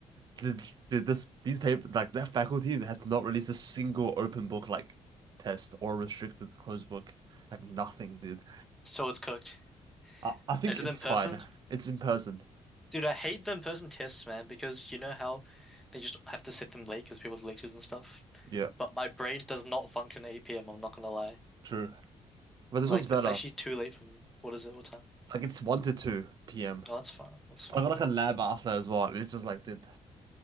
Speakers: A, on the right (about 40°); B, in the centre.
A: th- th- this these paper like that faculty has not released a single open book like test or restricted closed book. Like nothing, dude.
B: So it's cooked.
A: I, I think
B: Is it
A: it's
B: in person?
A: fine. It's in person.
B: Dude, I hate the in-person tests, man, because you know how they just have to set them late because people have lectures and stuff.
A: Yeah.
B: But my brain does not function at 8 p.m., I'm not gonna lie.
A: True. But this
B: Like
A: one's better.
B: it's actually too late for me. What is it? What time?
A: Like it's 1 to 2 p.m.
B: Oh, that's fine. That's fine.
A: I got like a lab after as well. And it's just like, dude,